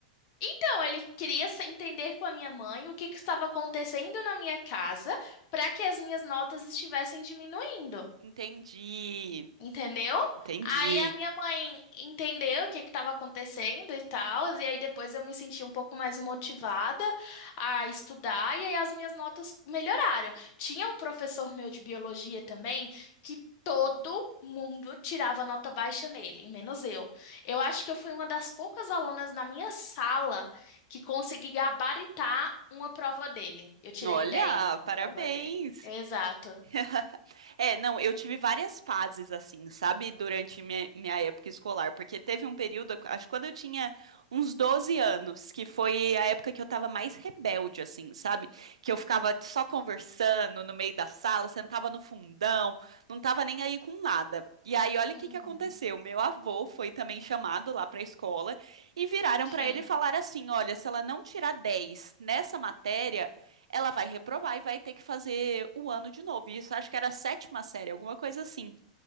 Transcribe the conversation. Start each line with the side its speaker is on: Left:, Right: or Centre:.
Left: Então, ele queria se entender com a minha mãe o que que estava acontecendo na minha casa para que as minhas notas estivessem diminuindo.
Right: Entendi,
Left: Entendeu?
Right: entendi.
Left: Aí a minha mãe entendeu o que que estava acontecendo e tal, e aí depois eu me senti um pouco mais motivada a estudar, e aí as minhas notas melhoraram. Tinha um professor meu de biologia também que todo mundo tirava nota baixa nele, menos eu. Eu acho que eu fui uma das poucas alunas na minha sala que consegui gabaritar uma prova dele. Eu tirei
Right: Olha,
Left: 10 numa
Right: parabéns.
Left: prova dele. Exato.
Right: <laughs> É, não, eu tive várias fases assim, sabe, durante minha, minha época escolar, porque teve um período, acho que quando eu tinha uns 12 anos, que foi a época que eu tava mais rebelde, assim, sabe? Que eu ficava só conversando no meio da sala, sentava no fundão, não tava nem aí com nada. E aí, olha
Left: Uhum.
Right: o que que aconteceu. Meu avô foi também chamado lá pra escola e viraram
Left: Sim.
Right: pra ele e falaram assim: olha, se ela não tirar 10 nessa matéria ela vai reprovar e vai ter que fazer o ano de novo. Isso acho que era a sétima série, alguma coisa assim.